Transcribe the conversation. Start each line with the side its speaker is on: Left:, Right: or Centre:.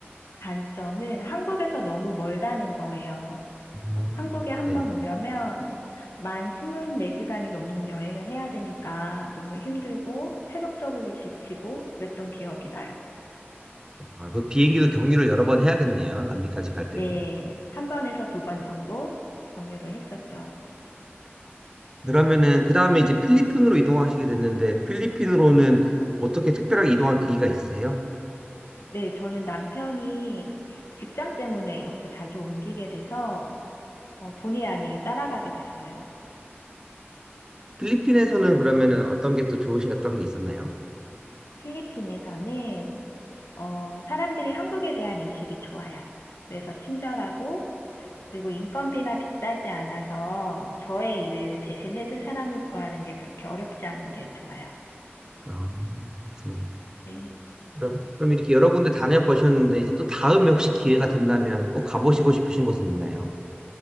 Left: 단점은 한국에서 너무 멀다는 거예요.
Right: 음.
Left: 한국에 한
Right: 네.
Left: 번 오려면 만 24시간이 넘는 여행을 해야 되니까 너무 힘들고 체력적으로 지치고 그랬던 기억이 나요.
Right: 아, 그 비행기도 경유를 여러 번 해야겠네요. 남미까지 갈 때는.
Left: 네, 한 번에서 두 번 정도 경유를 했었죠.
Right: 그러면은 그 다음에 이제 필리핀으로 이동하시게 됐는데 필리핀으로는 어떻게 특별하게 이동한 계기가 있으세요?
Left: 네, 저는 남편이 직장 때문에 이렇게 자주 옮기게 돼서 어, 본의 아니게 따라가게 됐어요.
Right: 필리핀에서는 그러면은 어떤 게 또 좋으신 어떤 게 있었나요?
Left: 필리핀에서는 어, 사람들이 한국에 대한 인식이 좋아요. 그래서 친절하고 그리고 인건비가 비싸지 않아서 저의 일을 대신 해줄 사람을 구하는 게 그렇게 어렵지 않은 게 좋아요.
Right: 아, 그렇구나.
Left: 네.
Right: 그럼 그럼 이렇게 여러 군데 다녀보셨는데 이제 또 다음에 혹시 기회가 된다면 꼭 가보시고 싶으신 곳은 있나요?